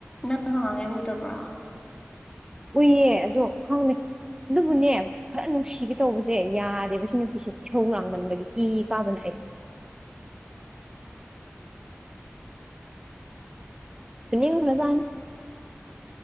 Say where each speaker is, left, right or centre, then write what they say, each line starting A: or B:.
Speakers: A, on the left; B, on the right.
A: ꯅꯪ ꯉꯍꯥꯡꯉꯩ ꯎꯗꯕ꯭ꯔꯥ
B: ꯎꯏꯌꯦ ꯑꯗꯣ ꯈꯪꯅꯤ ꯑꯗꯨꯕꯨꯅꯦ ꯈꯔ ꯅꯨꯡꯁꯤꯒꯦ ꯇꯧꯕꯁꯦ ꯌꯥꯗꯦꯕ ꯁꯤ ꯅꯨꯄꯤꯁꯦ ꯏꯍꯧ ꯂꯥꯡꯃꯟꯕꯒꯤ ꯏ ꯀꯥꯕꯅ ꯍꯥꯏ <unintelligible> ꯄꯨꯅꯤ ꯔꯖꯥꯟ